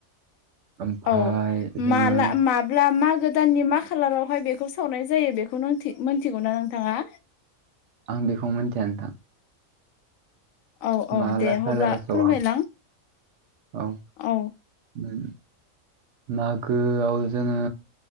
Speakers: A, on the right; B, on the left.
A: ओमफाय
B: औ
A: जोङो
B: माला मा ब्ला मागो दाननि मा खालारावहाय बेखौ सावनाय जायो बेखौ मिथिगौ ना नोंथाङा?
A: आं बेखौ मिथिया नोंथां।
B: औ औ
A: माबला
B: दे अब्ला
A: खालाराव सावो
B: फोरमायलां
A: आं औ उम
B: औ
A: मागोआव जोङो